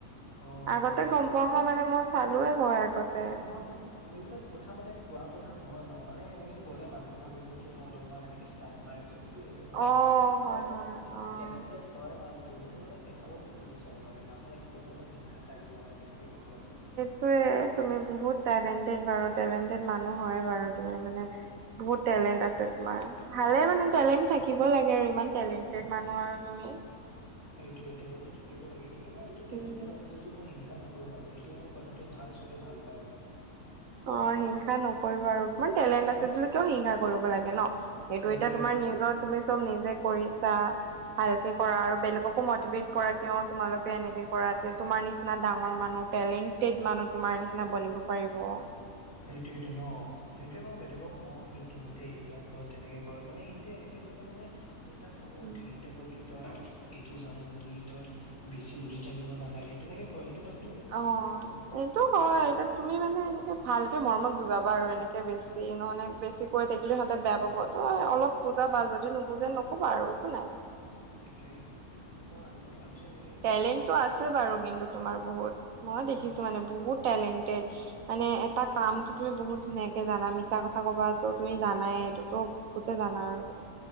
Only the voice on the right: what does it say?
আগতে
গম পোৱা হয় মানে মই চালোৱে হয় আগতে
অ',
হয়, হয়, অ',
ত তুমি বহুত টেলেণ্টেড বাৰু টেলেণ্টেড মানুহ হয় বাৰু তুমি মানে বহুত টেলেণ্ট আছে তোমাৰ ভালে মানে টেলেণ্ট থাকিব লাগে আৰু ইমান টেলেণ্টেড মানুহ আৰু তুমি
উম
অ হিংসা নকৰিবা আৰু তোমাৰ টেলেণ্ট আছে বুলি কিয় হিংসা কৰিব লাগে ন সেইটো
এতিয়া তোমাৰ নিজৰ তুমি চব নিজে কৰিছা ভালকে কৰা আৰু বেলেগকো মটিভেট কৰা কিয় তোমালোকে এনেকে কৰা তোমাৰ নিচ না ডাঙৰ মানুহ টেলেণ্টেড মানুহ তোমাৰ নিচিনা বনিব পাৰিব
উম
অ এইটো হয় এতি তো তুমি মানে এনেকে ভালকে মৰমত বুজাবা আৰু এনেকে বেছি নহলে বেছি কৈ থাকিলে সিহঁতে বেয়া পাব আ অলপ বুজাবা যদি নুবুজে নকবা আৰু একো নাই
টেলেণ্টটো আছে বাৰু কিন্তু তোমাৰ বহুত মই দেখিছো
মানে বহুত টেলেণ্টেড মানে এটা কামটো তুমি বহুত ধুনীয়াকে জানা মিছা কথা কবাতো তুমি জানাই এইটোতো বহুতে জানা আৰু তুমি